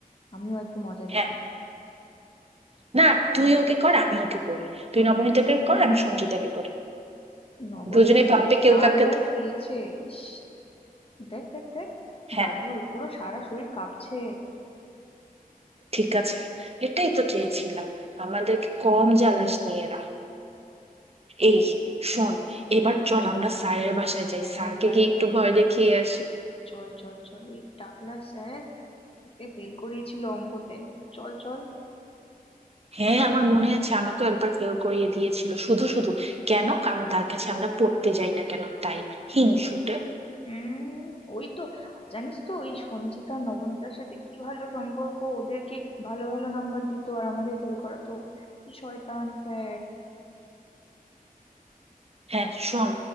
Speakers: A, on the left (about 40°); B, on the right (about 40°).
A: আমিও একটু মজা
B: হ্যাঁ।
A: দেখি
B: না তুই ওকে কর আমি ওকে করি তুই নবনীতাকে
A: হুম
B: কর আমি সঞ্জিতাকে করি
A: নবনীতা
B: দুজনে
A: তো
B: ভাববে কেউ
A: যা
B: কাকে
A: ভয়
B: ধ-
A: পেয়েছে ইস দেখ দেখ দেখ
B: হ্যাঁ
A: দাদুর পুরো সারা শরীর কাঁপছে
B: ঠিক আছে এটাই তো চেয়েছিলাম আমাদেরকে কম জ্বালাস নিয়ে এরা
A: হুম,
B: এই
A: হুম।
B: শোন এবার চল আমরা স্যারের বাসায় যাই
A: স্যারের
B: স্যারকে
A: বাসায়
B: গিয়ে একটু ভয় দেখিয়ে আসি
A: চল চল চল ওই টাকলা স্যার ওকে ফেল করিয়েছিল অঙ্কতে চল চল
B: হ্যাঁ আমার মনে আছে আমাকেও একবার ফেল করিয়ে দিয়েছিল শুধু শুধু কেন কারণ তার কাছে আমরা পড়তে যাই না কেন তাই হিংসুটে
A: উম ওই তো জানিস তো ওই সঞ্চিতা নবনীতার সাথে কি ভালো সম্পর্ক ওদেরকে ভালো ভালো নাম্বার দিত আর আমাদের ফেল করাতো কি শয়তান স্যার
B: হ্যাঁ শোন